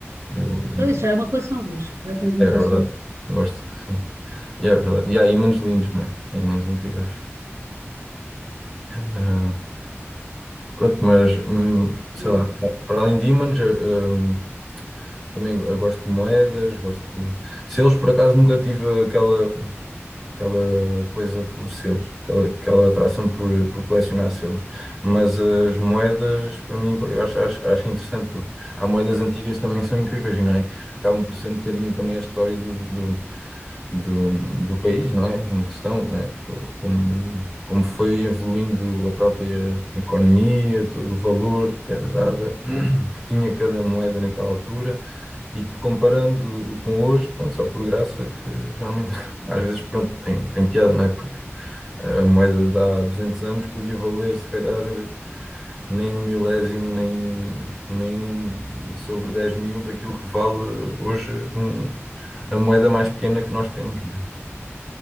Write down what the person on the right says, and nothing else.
Então isso já é uma coleção, vês? Já tens uma
coleção.
Boa.